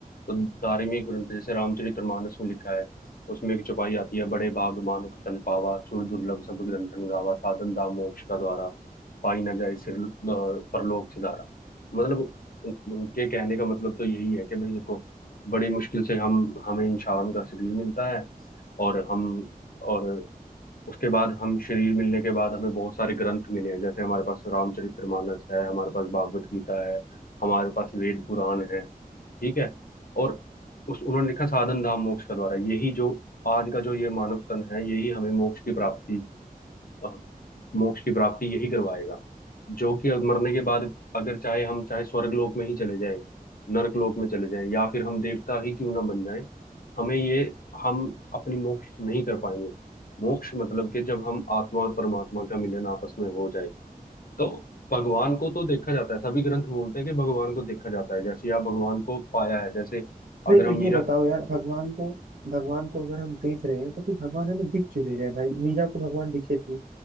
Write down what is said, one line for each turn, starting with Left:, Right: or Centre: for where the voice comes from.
Left: तो धार्मिक ग्रंथ जैसे रामचरितमानस में लिखा है उसमें एक चौपाई आती है बड़े भागमानो के तन पावा सुर दुर्लभ सब ग्रंथन गावा साधन दाम मोक्ष का द्वारा पाई ना जाए सिर अ, परलोक सिधारा मतलब उन- उनके कहने का मतलब तो यही है कि भाई देखो बड़ी मुश्किल से हम हमें इंसान का शरीर मिलता है और हम और उसके बाद हम शरीर मिलने के बाद हमें बहुत सारे ग्रंथ मिले हैं जैसे हमारे पास रामचरितमानस है हमारे पास भागवत गीता है हमारे पास वेद पुराण है ठीक है और उस उन्होंने लिखा साधन धाम मोक्ष का द्वारा यही जो आज का जो ये मानव तन है यही हमें मोक्ष की प्राप्ति अ, मोक्ष की प्राप्ति यही करवाएगा जो कि अब मरने के बाद अगर चाहे हम चाहे स्वर्ग लोक में ही चले जाएं नरक लोक में चले जाएं या फिर हम देवता ही क्यों ना बन जाएं हमें ये हम अपनी मोक्ष नहीं कर पाएंगे मोक्ष मतलब कि जब हम आत्मा और परमात्मा का मिलन आपस में हो जाए तो भगवान को तो देखा जाता है सभी ग्रंथ बोलते हैं कि भगवान को देखा जाता है जैसे आप भगवान को पाया है जैसे अगर
Right: नहीं तो
Left: हम
Right: ये
Left: मीरा
Right: बताओ यार भगवान को भगवान को अगर हम देख रहे हैं तो फिर भगवान हमें दिख क्यों नहीं रहे हैं भाई मीरा को भगवान दिखे थे